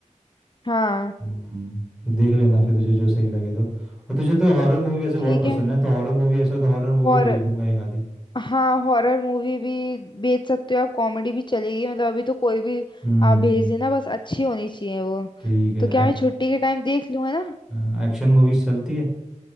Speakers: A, on the left (about 35°); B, in the centre.
A: हाँ
B: हम्म तो देख लेना फिर तुझे जो सही लगे तो और तुझे तो हॉरर मूवी वैसे बहुत
A: ठीक
B: पसंद
A: है
B: है तो हॉरर मूवी ऐसा हो तो हॉरर मूवी
A: हॉरर
B: भेज दूंगा एक आधी
A: हाँ हॉरर मूवी भी भेज सकते हो आप कॉमेडी भी चलेगी मतलब अभी तो कोई भी
B: हम्म
A: आप भेज देना बस अच्छी होनी चाहिए वो
B: ठीक है
A: तो क्या मैं छुट्टी के टाइम देख लूँ है ना
B: एक्शन एक्शन मूवीज चलती है